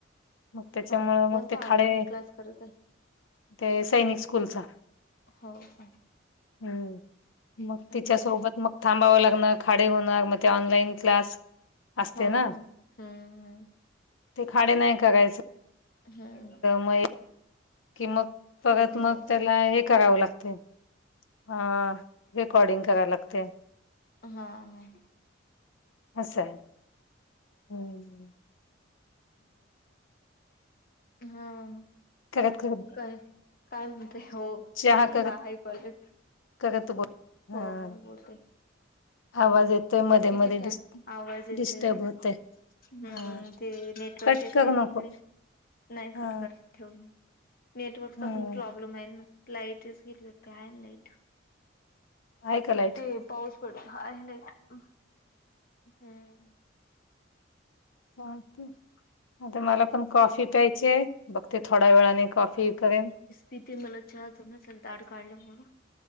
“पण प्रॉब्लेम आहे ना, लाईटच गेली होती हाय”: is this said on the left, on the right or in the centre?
Left